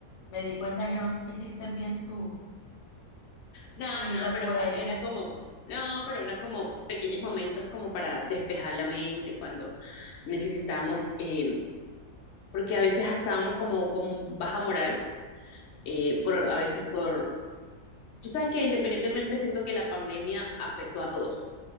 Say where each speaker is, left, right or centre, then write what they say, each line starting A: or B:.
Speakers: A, on the left; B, on the left.
A: me di cuenta que no hiciste bien tu,
B: No,
A: tu vida
B: no, pero
A: por
B: o sea,
A: ella.
B: era como, no, pero eran como pequeños momentos como para despejar la mente cuando necesitamos, eh, porque a veces estábamos como con baja moral,
A: Ujú,
B: eh, por, a veces por, tú sabes que independientemente siento que la pandemia afectó a todos.